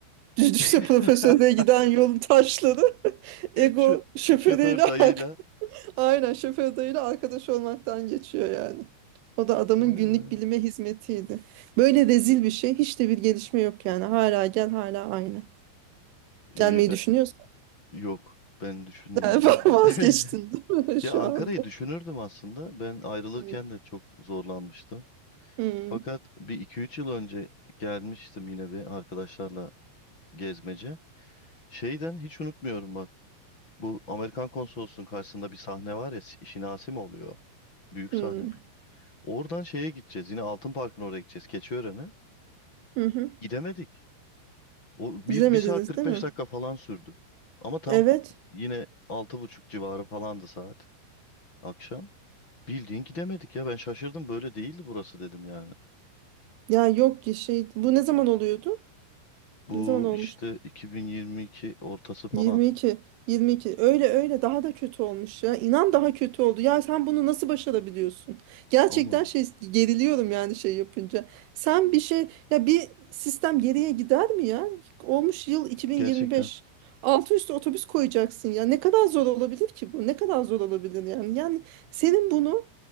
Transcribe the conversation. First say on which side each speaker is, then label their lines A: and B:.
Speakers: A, on the right; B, on the left.
A: Düşse
B: <laughs>
A: profesöre giden yolun taşları <laughs> ego
B: Şu
A: şoförüyle
B: şoför
A: ark-
B: dayıyla
A: <laughs> aynen şoförüyle arkadaş olmaktan geçiyor yani. O da adamın
B: vay
A: günlük
B: be.
A: bilime hizmetiydi. Böyle rezil bir şey hiç de bir gelişme yok yani. Hala gel hala aynı.
B: İyi
A: Gelmeyi
B: ben,
A: düşünüyorsan
B: yok ben düşünmüyorum
A: <laughs>
B: da.
A: vazgeçtin
B: <laughs>
A: değil mi <laughs> şu
B: Ya Ankara'yı
A: anda?
B: düşünürdüm aslında. Ben ayrılırken
A: Hı.
B: de çok zorlanmıştım.
A: Hı.
B: Fakat bir iki üç yıl önce gelmiştim yine bir arkadaşlarla gezmece. Şeyden hiç unutmuyorum bak. Bu Amerikan konsolosunun karşısında bir sahne var ya Si- Şinasi mi oluyor? Büyük sahne.
A: Hı.
B: Oradan şeye gideceğiz. Yine Altın Park'ın oraya gideceğiz. Keçiören'e.
A: Hı hı.
B: Gidemedik. O bir,
A: Gidemediniz
B: bir saat kırk
A: değil
B: beş
A: mi?
B: dakika falan sürdü. Ama tam
A: Evet.
B: yine altı buçuk civarı falandı saat akşam. Bildiğin gidemedik ya ben şaşırdım böyle değildi burası dedim yani.
A: Ya yok ki şey bu ne zaman oluyordu?
B: Bu
A: Ne zaman olmuştu?
B: işte 2022 ortası falan.
A: 22 22 öyle öyle daha da kötü olmuş ya. İnan daha kötü oldu. Ya sen bunu nasıl başarabiliyorsun? Gerçekten
B: Oğlum
A: şey geriliyorum yani şey yapınca. Sen bir şey ya bir sistem geriye gider mi ya? Olmuş yıl 2025.
B: gerçekten
A: Altı üstü otobüs koyacaksın ya. Ne kadar zor olabilir ki bu? Ne kadar zor olabilir yani? Yani senin bunu